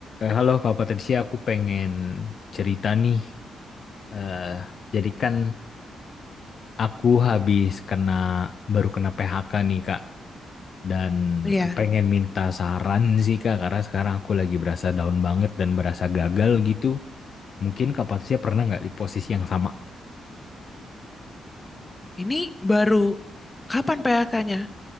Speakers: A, on the left; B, on the left.
A: Eh, halo Kak Patricia, aku pengen cerita nih. Eh, jadi kan aku habis kena baru kena PHK nih Kak, dan
B: Iya,
A: pengen minta saran sih Kak, karena sekarang aku lagi berasa down banget dan berasa gagal gitu. Mungkin Kak Patricia pernah nggak di posisi yang sama?
B: ini baru kapan PHK-nya?